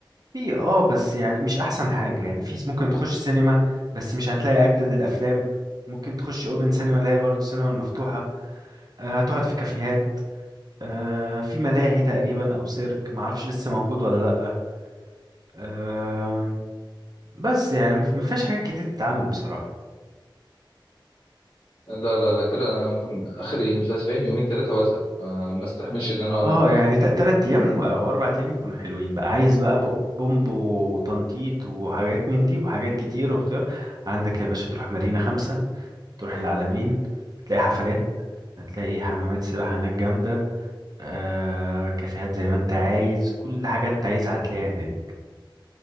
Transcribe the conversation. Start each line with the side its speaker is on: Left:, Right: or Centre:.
Right: في اه بس يعني مش احسن حاجة يعني في ممكن تخش سينما بس مش هتلاقي اجدد الافلام ممكن تخش اوبن سينما اللي هي برضه السينما المفتوحة آه، هتقعد في كافيهات آه، في ملاهي تقريبا او سيرك معرفش لسه موجود ولا لأ آه، بس يعني مف- مفيهاش حاجات كتير تتعمل بصراحة
Left: لا لا لا كده انا ممكن اخري مفاس فاهم يومين ثلاثه وازهق آه، ما استحملش ان انا
Right: اه
Left: اقعد عن كده
Right: يعني ت- تلات ايام او اربع ايام يكونوا حلوين بقى عايز بقى ب- بومب وتنطيط وحاجات من دي وحاجات كتير واختيار عندك يا باشا تروح مارينا خمسة تروح العلمين هتلاقي حفلات هتلاقي حمامات سباحة هناك جامدة آه كافيهات زي ما انت عايز كل حاجة انت عايزها هتلاقيها هناك